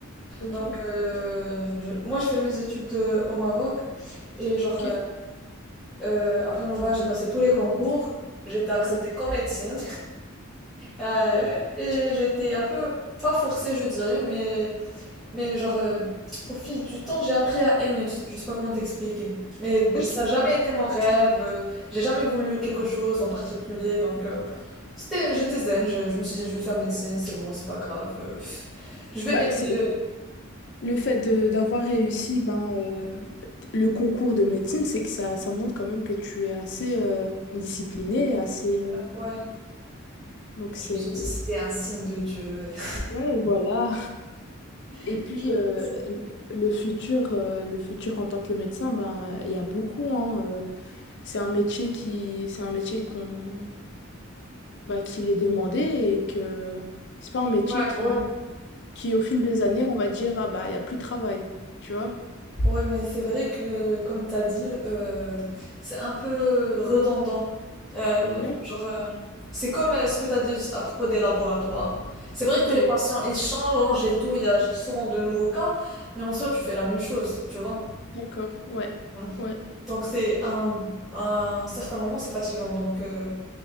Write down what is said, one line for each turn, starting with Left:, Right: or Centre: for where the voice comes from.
Left: Ok,
Centre: Donc, euh, je- moi, je fais mes études euh, au Maroc. Et genre,
Left: ok,
Centre: euh, euh, après mon bac, j'ai passé tous les concours. J'étais acceptée
Left: oui,
Centre: qu'en médecine. Euh,
Left: ok.
Centre: et j'étais un peu, pas forcée, je dirais, mais, mais genre, euh, au fil du temps, j'ai appris à aimer. tu- Je sais pas comment t'expliquer. Mais
Left: Ok.
Centre: ça n'a jamais été mon rêve. euh, J'ai jamais voulu quelque chose en particulier. Donc, euh, c'était, j'étais zen. Je, je me suis dit, je vais faire médecine, c'est bon, c'est pas grave. euh, pff, je vais
Left: Bah,
Centre: aimer.
Left: c'est
Centre: euh,
Left: le fait de- d'avoir réussi ben, euh, le concours de médecine, c'est que ça, ça montre quand même que tu es assez euh, discipliné, assez euh,
Centre: ouais.
Left: donc c'est
Centre: Je me suis dit, c'était un signe de Dieu. <laughs>
Left: ouais, voilà. Et
Centre: Je-
Left: puis euh, le futur, euh, le futur en tant que médecin, ben il y a beaucoup hein, euh, c'est un métier qui c'est un métier qu'on bah, qu'il est demandé et que c'est pas un métier
Centre: Ouais,
Left: qui
Centre: ouais.
Left: qui au fil des années, on va dire ah bah il y a plus de travail, tu vois?
Centre: Ouais, mais c'est vrai que, comme t'as dit, euh, c'est un peu redondant. Euh,
Left: D'accord.
Centre: le- genre, euh, c'est comme euh, ce que t'as dit à propos des laboratoires. C'est vrai
Left: Ok.
Centre: que les patients, ils changent et tout, il y a souvent de nouveaux cas, mais en soi, tu fais la même chose, tu vois.
Left: D'accord, ouais,
Centre: Mm.
Left: ouais,
Centre: Donc, c'est un, un certain moment, c'est fatigant. Donc, euh,